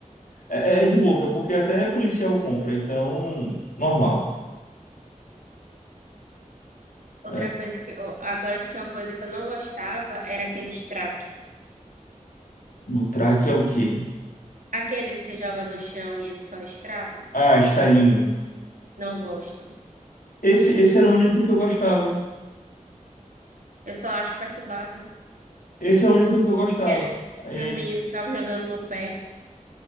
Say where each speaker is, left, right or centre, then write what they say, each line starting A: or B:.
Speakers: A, on the left (about 85°); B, on the right (about 75°).
A: é, é é de boca, porque até policial compra, então, normal. É,
B: Outra coisa que eu, agora tinha uma coisa que eu não gostava, era aquele estraque.
A: O track é o quê?
B: Aquele que você joga no chão e ele só estrala.
A: Ah, estalinho.
B: Não gosto.
A: Esse, esse era o único que eu gostava.
B: Eu só acho perturbado.
A: Esse é o único que eu gostava.
B: É,
A: E
B: porque os meninos ficavam jogando no pé.